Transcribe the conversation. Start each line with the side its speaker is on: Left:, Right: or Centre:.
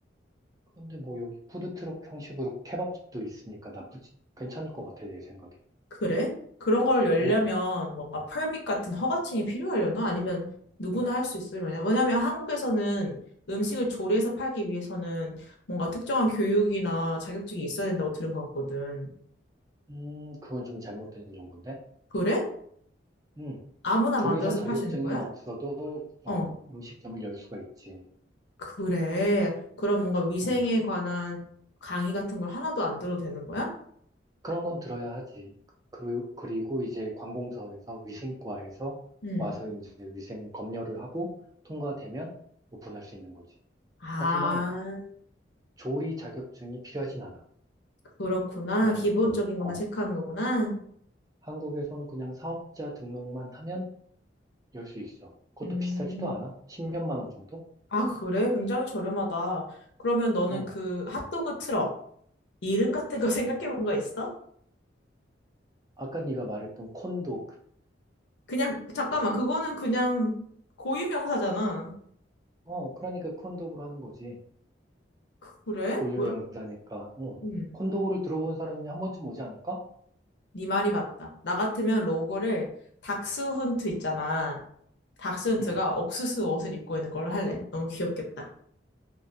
Right: 근데 뭐 여기 푸드트럭 형식으로 케밥집도 있으니까 나쁘지, 괜찮을 것 같아, 내 생각엔.
Left: 그래? 그런 걸 열려면
Right: 어,
Left: 뭔가 펄밋 같은 허가증이 필요하려나? 아니면 누구나 할 수 있으려나? 왜냐면 한국에서는 음식을 조리해서 팔기 위해서는 뭔가 특정한 교육이나 자격증이 있어야 된다고 들은 것 같거든.
Right: 음, 그건 좀 잘못된 정보인데?
Left: 그래?
Right: 음,
Left: 아무나
Right: 조리사
Left: 만들어서
Right: 자격증이
Left: 팔 수 있는 거야?
Right: 없어도, 어,
Left: 어,
Right: 음식점을 열 수가 있지.
Left: 그래. 그럼 뭔가 위생에
Right: 음,
Left: 관한 강의 같은 걸 하나도 안 들어도 되는 거야?
Right: 그런 건 들어야 하지. 그리고, 그리고 이제 관공서에서 위생과에서
Left: 음.
Right: 와서 이제 위생 검열을 하고 통과되면 오픈할 수 있는 거지.
Left: 아,
Right: 하지만 조리 자격증이 필요하진 않아.
Left: 그렇구나.
Right: 그냥,
Left: 기본적인 것만
Right: 어,
Left: 체크하는 거구나.
Right: 한국에선 그냥 사업자 등록만 하면 열 수 있어. 그것도
Left: 음.
Right: 비싸지도 않아. 십몇만 원 정도?
Left: 아, 그래? 굉장히 저렴하다. 그러면 너는
Right: 응. 어.
Left: 그 핫도그 트럭, 이름 같은 거 <laughs> 생각해
Right: 응.
Left: 본 거 있어?
Right: 아까 네가 말했던 콘도그
Left: 그냥, 잠깐만. 그거는 그냥 고유명사잖아.
Right: 어, 그러니까 콘도그로 하는 거지.
Left: 그래?
Right: 고유
Left: 왜?
Right: 명사니까. 어.
Left: 음.
Right: 콘도그를 들어본 사람이 한 번쯤 오지 않을까?
Left: 네 말이 맞다. 나 같으면 로고를 닥스훈트 있잖아. 닥스훈트가
Right: 응.
Left: 옥수수 옷을 입고 있는 걸로 할래. 너무 귀엽겠다.